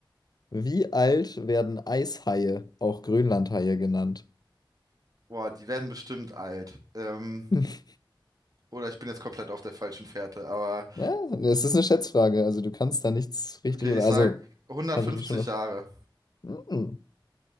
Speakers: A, on the left; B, on the right.
A: wie alt werden Eishaie, auch Grönlandhaie genannt?
B: Boah, die werden bestimmt alt. Ähm,
A: <laughs>
B: oder ich bin jetzt komplett auf der falschen Fährte. Aber
A: Ja, das ist eine Schätzfrage. Also du kannst da nichts richtig
B: okay,
A: oder
B: ich sag
A: also
B: 150
A: kannst natürlich schon noch.
B: Jahre.
A: Mm,